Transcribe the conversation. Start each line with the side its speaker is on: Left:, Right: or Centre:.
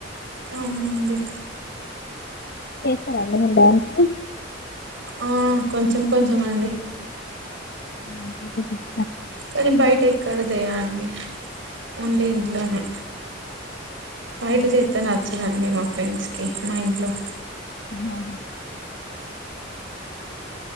Right: అవున అండి
Left: చేస్తర అండి మరి డాన్స్
Right: ఆ కొంచెం కొంచెం అండి
Left: హా కొంచెం కొంచెం
Right: కనీ బయట ఎక్కడ చేయ అండి ఓన్లీ
Left: అవునా
Right: ఇంట్లోనే బయట చెత్తే నచ్చదండి మా ఫ్రెండ్స్ కి మా ఇంట్లో
Left: ఆహా